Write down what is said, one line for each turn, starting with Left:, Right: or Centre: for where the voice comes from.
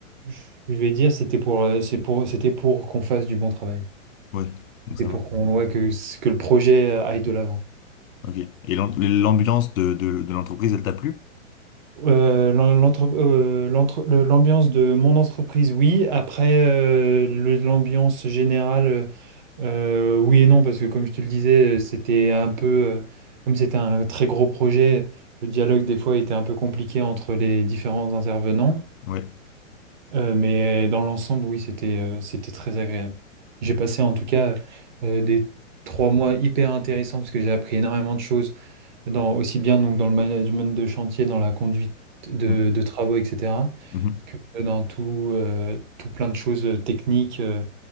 Right: je, je vais dire, c'était pour, euh, c'est pour, c'était pour qu'on fasse du bon travail.
Left: Oui, donc
Right: C'était
Left: ça
Right: pour
Left: va.
Right: qu'on, ouais, que, que le projet aille de l'avant.
Left: Ok. Et l'am- l'ambiance de, de, de l'entreprise, elle t'a plu?
Right: Euh, l'en- l'entre- euh, l'entre- le- l'ambiance de mon entreprise, oui. Après, euh, le- l'ambiance générale, euh, oui et non, parce que comme je te le disais, euh, c'était un peu, euh, comme c'était un très gros projet, le dialogue des fois était un peu compliqué entre les différents intervenants.
Left: Ouais.
Right: Euh, mais euh, dans l'ensemble, oui, c'était euh, c'était très agréable. J'ai passé en tout cas euh, des trois mois hyper intéressants parce que j'ai appris énormément de choses dans, aussi bien donc dans le management de chantier, dans la conduite de,
Left: Mm,
Right: de travaux, etc.,
Left: mhm.
Right: que dans tout, euh, tout plein de choses euh, techniques euh,